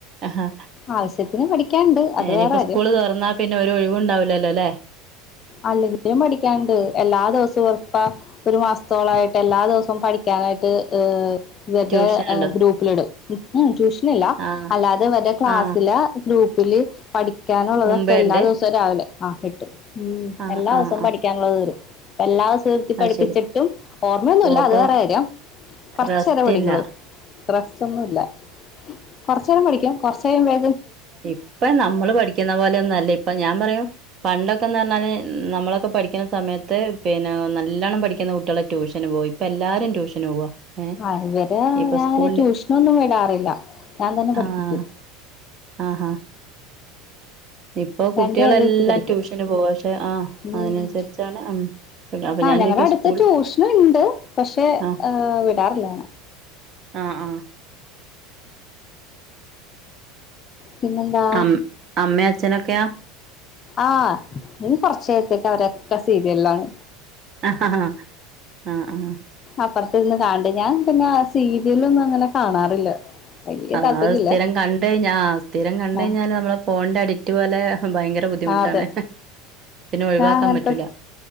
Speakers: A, on the right; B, on the left.
A: ആഹ്
B: ആവശ്യത്തിന് പഠിക്കാണ്ട് അത്
A: ഇനിയിപ്പോ
B: വേറെ കാര്യം.
A: സ്കൂള് തുറന്നാ പിന്നെ ഒരു ഒഴിവും ഉണ്ടാവൂലല്ലോ അല്ലേ?
B: അല്ലെങ്കിലും പഠിക്കാനണ്ട് എല്ലാ ദിവസവും ഉറപ്പ ഒരു മാസത്തോളായിട്ട് എല്ലാ ദിവസവും പഠിക്കാനായിട്ട് ഹ് ഇവരുടെ
A: ട്യൂഷൻ ഉണ്ടോ
B: ഗ്രൂപ്പിലിടും ഉം ട്യൂഷനില്ല
A: ആഹ്
B: അല്ലാതെ ഇവരുടെ ക്ലാസ്സിലെ
A: ആഹ്
B: ഗ്രൂപ്പ്- ല് പഠിക്കാനുള്ളതൊക്കെ
A: മുമ്പേ
B: എല്ലാ
A: ഉണ്ട്
B: ദിവസവും രാവിലെ പഠി - ആ കെട്ടും മ്
A: ആഹ്
B: എല്ലാ
A: ആഹ്
B: ദിവസവും
A: ആഹ്
B: പഠിക്കാനുള്ളത് തരും എല്ലാ- <unintelligible> നിർത്തി പട്പ്പിച്ചിട്ടും
A: അത് ശരി
B: ഓർമ്മയൊന്നുമില്ല
A: ഓ അപ്പൊ
B: അത് വേറെ കാര്യം കൊറച്ച്
A: റെസ്റ്റില്ല
B: നേരമേ പഠിക്കുള്ളൂ റെസ്റ്റ് ഒന്നുമില്ല കൊറച്ച് നേരം പഠിക്കും കൊറച്ച് നേരം വേ
A: ഇപ്പ നമ്മള് പഠിക്കുന്ന പോലെയൊന്നും അല്ല ഇപ്പൊ ഞാൻ പറയും പണ്ടൊക്കെന്ന് പറഞ്ഞാല്- നമ്മളൊക്കെ പഠിക്കുന്ന സമയത്ത് പിന്നെ നല്ലവണ്ണം പഠിക്കുന്ന കുട്ടികള് ട്യൂഷന് പോയി ഇപ്പ എല്ലാരും ട്യൂഷന് പോവാ. ഏഹ്
B: ആ ഇവരെ
A: ഇപ്പൊ
B: ഞാന്
A: സ്കൂളില്
B: ട്യൂഷനൊന്നും വിടാറില്ല ഞാൻ തന്നെ പഠിപ്പിക്കും.
A: ആഹ് ആഹാ ഇപ്പൊ കുട്ടികളെല്ലാം
B: എന്റെ അനിയത്തി പഠിക്കും
A: ട്യൂഷന് പോവാ പക്ഷെ ആഹ്
B: മ്
A: അതിനനുസരിച്ചാണ് ഉം അപ്പൊ
B: ആ
A: ഞാൻ
B: ഞങ്ങടെ
A: ചോദിക്കും
B: അടുത്ത്
A: സ്കൂൾ
B: ട്യൂഷന് ഇണ്ട് പക്ഷെ
A: ആഹ്
B: വിടാറില്ല
A: ആ ആ
B: പിന്നെന്താ
A: അമ്മ് അമ്മേം അച്ഛനൊക്കെയൊ?
B: ആഹ് ഇനി കൊറച്ച് നേരത്തേക്ക് അവരെക്ക സീരിയലിലാണ്
A: അ ഹ ഹാ ആഹ് ആഹ്
B: അപ്പറത്തിരുന്ന് കണണ് ണ്ട് ഞാൻ പിന്നെ സീരിയലൊന്നും അങ്ങനെ കാണാറില്ല വല്യ
A: അതാ
B: താല്പര്യല്ല
A: അത് സ്ഥിരം കണ്ട് കഴിഞ്ഞ ആ സ്ഥിരം കണ്ട്
B: ആ
A: കഴിഞ്ഞാല് നമ്മള് ഫോണിന്റെ അഡിക്റ്റ് പോലെ- ഭയങ്കര ബുദ്ധിമുട്ടാണ്
B: ആ അതെ
A: പിന്നെ ഒഴിവാക്കാൻ
B: ഞാൻ അങ്ങനത്തെ
A: പറ്റൂല
B: സ്‌